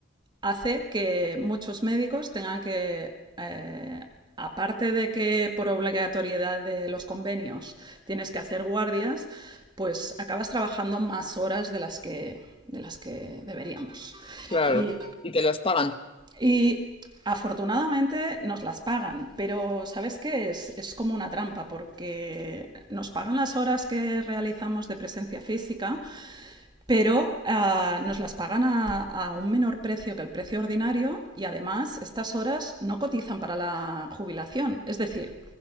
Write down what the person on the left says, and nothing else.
Claro.
¿Y te las pagan?